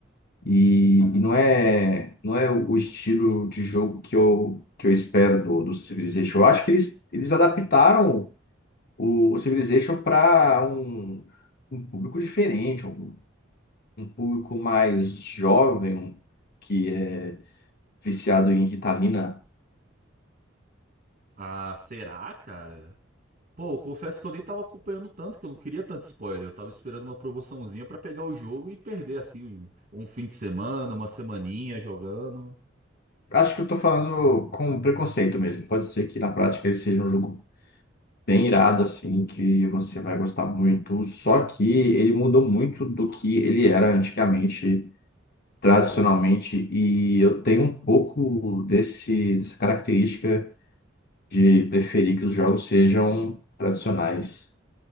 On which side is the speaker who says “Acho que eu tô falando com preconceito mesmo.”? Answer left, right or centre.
Left